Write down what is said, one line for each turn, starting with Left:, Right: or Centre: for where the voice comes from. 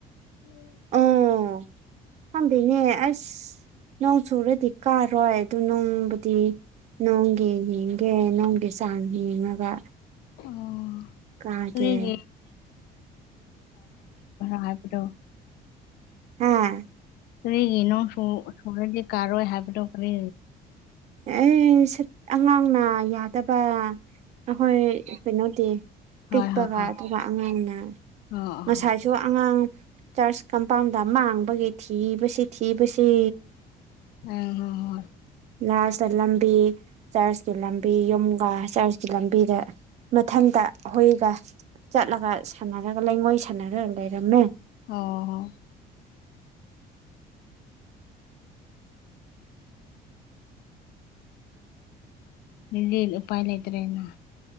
Left: ꯎꯝ
Right: ꯑꯣ ꯈꯪꯗꯦꯅꯦ ꯑꯁ ꯅꯣꯡ ꯆꯨꯔꯗꯤ ꯀꯥꯔꯣꯏ ꯑꯗꯨ ꯅꯣꯡꯕꯨꯗꯤ ꯅꯣꯡꯒꯤ ꯌꯦꯡꯒꯦ ꯅꯣꯡꯒꯤ ꯆꯥꯡ ꯌꯦꯡꯉꯒ
Left: ꯑꯣ
Right: ꯀꯥꯒꯦ
Left: <unintelligible> ꯍꯥꯏꯕꯗꯣ
Right: ꯍꯥꯥ
Left: ꯀꯔꯤꯒꯤꯅꯣ ꯁꯨ ꯁꯨꯔꯗꯤ ꯀꯥꯔꯣꯏ ꯍꯥꯏꯕꯗꯣ ꯀꯔꯤ
Right: ꯑꯦ ꯁꯤꯠ ꯑꯉꯥꯡꯅ ꯌꯥꯗꯕ꯫ ꯑꯍꯣꯢ ꯀꯩꯅꯣꯗꯤ
Left: ꯍꯣꯏ
Right: ꯄꯤꯛꯄꯒ
Left: ꯍꯣꯏ ꯍꯣꯏ
Right: ꯑꯗꯨꯒ ꯑꯉꯥꯡꯅ꯫
Left: ꯑꯣ꯫ ꯑꯣ
Right: ꯉꯁꯥꯏꯁꯨ ꯑꯉꯥꯡ ꯆꯥꯔꯆ ꯀꯝ ꯄꯥꯝꯗ ꯃꯥꯡꯕꯒꯤ ꯊꯤꯕꯁꯤ ꯊꯤꯕꯁꯤ꯫
Left: ꯑꯝ ꯍꯣ ꯍꯣꯢ꯫
Right: ꯂꯥꯁꯇ ꯂꯝꯕꯤ ꯆꯔꯁꯀꯤ ꯂꯝꯕꯤ ꯌꯨꯝꯒꯥ ꯆꯔꯁꯀꯤ ꯂꯝꯕꯤꯒ꯫ ꯃꯊꯟꯇ ꯍꯣꯏꯒ ꯆꯠꯂꯒ ꯁꯥꯟꯅꯔꯒ ꯂꯩꯉꯣꯏ ꯁꯥꯟꯅꯔꯒ ꯂꯩꯔꯝꯃꯦ꯫
Left: ꯑꯣ ꯍꯣ꯫ ꯅꯨꯡꯗꯤꯟ ꯎꯄꯥꯏ ꯂꯩꯇ꯭ꯔꯦꯅ